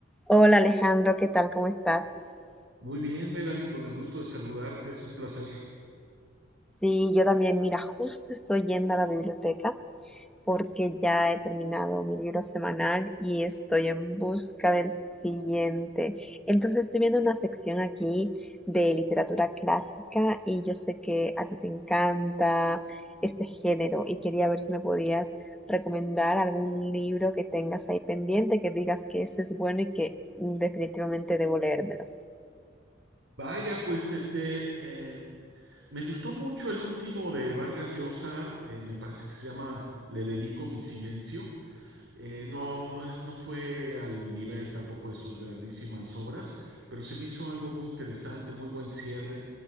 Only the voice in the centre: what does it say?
Hola Alejandro, ¿qué tal? ¿Cómo estás?
Sí, yo también, mira, justo estoy yendo a la biblioteca porque ya he terminado mi libro semanal y estoy en busca del siguiente. Entonces estoy viendo una sección aquí de literatura clásica y yo sé que a ti te encanta este género y quería ver si me podías recomendar algún libro que tengas ahí pendiente, que digas que ese es bueno y que mm, definitivamente debo leérmelo.